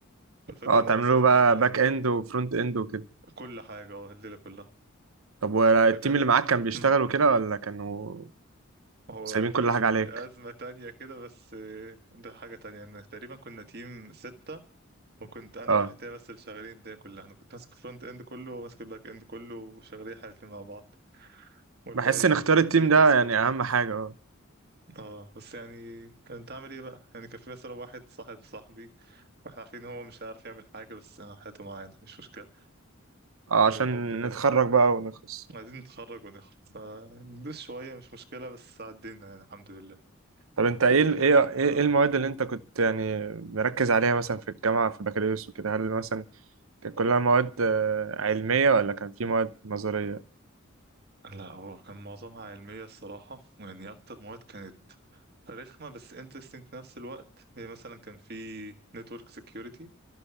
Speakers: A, on the right; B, on the right.
A: فالفكرة
B: اه
A: ان
B: تعملوا
A: هو مثلا
B: بقى
A: قبل
B: باك
A: م-
B: اند وفرونت اند وكده
A: كل حاجة اه الليلة كلها
B: طب والتيم
A: فالفكرة ان
B: اللي معاك كان بيشتغلوا
A: مم.
B: كده ولا كانوا
A: هو
B: سايبين
A: دي
B: كل حاجة عليك
A: أزمة تانية كده بس آه، ده حاجة تانية ان تقريبا كنا تيم ستة وكنت انا
B: اه
A: واحد تاني بس اللي شغالين الدنيا كلها انا كنت ماسك الفرونت اند كله وهو ماسك الباك اند كله وشغالين احنا الاتنين مع بعض والباقي
B: بحس ان اختيار
A: سبكتيتورز
B: التيم ده
A: كده
B: يعني اهم حاجة اه
A: اه بس يعني انت عامل ايه بقى يعني كان في مثلا واحد صاحب صاحبي واحنا عارفين هو مش هيعرف يعمل حاجة بس آه، هاته معانا مش مشكلة
B: آه،
A: من
B: عشان
A: الحب كده
B: نتخرج بقى ونخلص
A: عايزين نتخرج ونخرج فندوس شوية مش مشكلة بس عدينا يعني الحمد لله
B: طب انت ايه
A: الحاجة
B: ال- ايه
A: الرخمة
B: ايه إيه المواد
A: قول.
B: اللي انت كنت يعني مركز عليها مثلا في الجامعه في بكالوريوس وكده هل مثلا كانت كلها مواد آه، علميه ولا كان في مواد نظريه
A: لا هو كان معظمها علمية الصراحة يعني أكتر مواد كانت رخمة بس interesting في نفس الوقت هي مثلا كان في network security